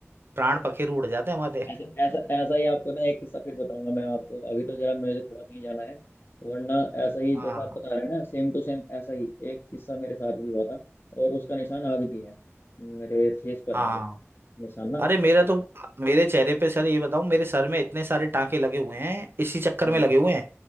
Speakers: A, on the right; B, on the left.
A: प्राण पखेरु उड़ जाते हमारे
B: ऐसा ऐसा ऐसा ही आपको ना एक किस्सा फिर बताऊंगा मैं आपको अभी तो जरा मेरे थोड़ा कहीं जाना है वरना ऐसा ही
A: <laughs>
B: जैसा
A: हाँ
B: आप बता रहे हैं ना सेम टू सेम ऐसा ही एक किस्सा मेरे साथ भी हुआ था और उसका निशान आज भी है मेरे फेस पर
A: हाँ
B: है वो निशान ना
A: अरे मेरा तो मेरे चेहरे पे सर ये बताऊं मेरे सर में इतने सारे टांके लगे हुए हैं इसी चक्कर
B: हम्म
A: में लगे हुए हैं